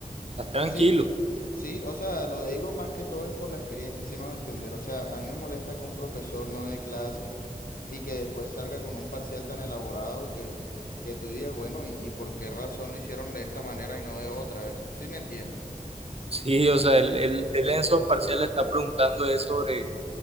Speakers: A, on the right; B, on the left.
A: estás tranquilo,
B: Sí, s- sí, o sea, lo digo más que todo es por la experiencia, sí me va a entender. O sea, a mí me molesta que un profesor no dé clase y que después salga con un parcial tan elaborado que, que tú digas, bueno, ¿y, y por qué razón lo hicieron de esta manera y no de otra? ¿Sí me entiendes?
A: <laughs> sí, o sea, él, él, él en esos parciales está preguntando es sobre